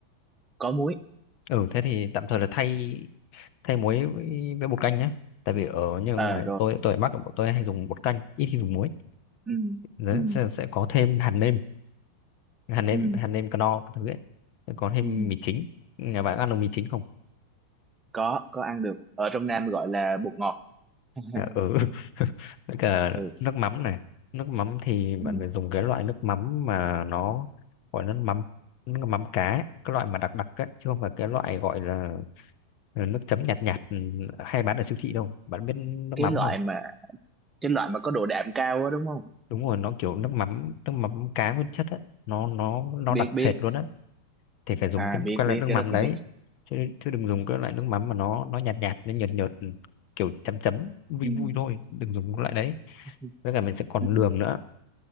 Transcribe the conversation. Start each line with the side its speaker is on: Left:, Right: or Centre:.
Right: có muối
Left: ừ thế thì tạm thời là thay thay muối với, với bột canh nhé tại vì ở như ngoài
Right: à rồi
Left: tôi tôi ở Bắc bọn tôi hay dùng bột canh ít khi dùng muối
Right: ừ
Left: Đấy,
Right: ừ
Left: sẽ, sẽ có thêm hạt nêm hạt nêm
Right: ừ
Left: hạt nêm cano các thứ ấy sẽ có thêm
Right: ừ
Left: mì chính nhà bạn ăn được mì chính không
Right: có có ăn được ở trong Nam gọi là bột ngọt <laughs>
Left: Dạ, ừ <laughs> với cả
Right: ừ.
Left: nước mắm này nước mắm thì bạn
Right: ừ
Left: phải dùng cái loại nước mắm mà nó gọi là nước mắm nước mắm cá ấy, cái loại mà đặc đặc ấy, chứ không phải cái loại gọi là là nước chấm nhạt nhạt ừ, hay bán ở siêu thị đâu bạn biết nước
Right: cái
Left: mắm
Right: loại
Left: không
Right: mà cái loại mà có độ đạm cao á đúng không
Left: đúng rồi nó kiểu nước mắm nước mắm cá nguyên chất ấy nó nó nó
Right: biết
Left: đặc
Right: biết
Left: sệt luôn á thì phải dùng
Right: à
Left: cái
Right: biết
Left: cái
Right: biết
Left: loại nước
Right: cái
Left: mắm
Right: đó thì
Left: đấy
Right: biết
Left: chứ chứ đừng dùng cái loại nước mắm mà nó nó nhạt nhạt nó nhợt nhợt ừ, kiểu chấm chấm vui
Right: ừ
Left: vui thôi đừng dùng cái loại đấy
Right: Ừ.
Left: với cả mình sẽ còn
Right: ừ
Left: đường nữa